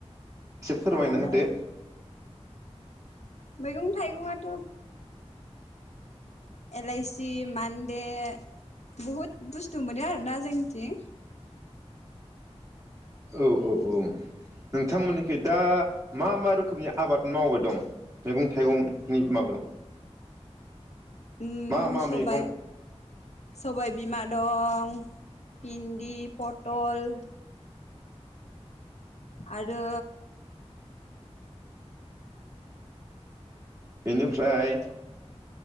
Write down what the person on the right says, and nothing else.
एसे फोरमायना
होदो।
औ औ औ। नोंथांमोननिखै। दा मा मा रोखोमनि आबाद मावबाय दं मैगं थाइगंनि माबायाव?
मा मा
मैगं
बेनिफ्राय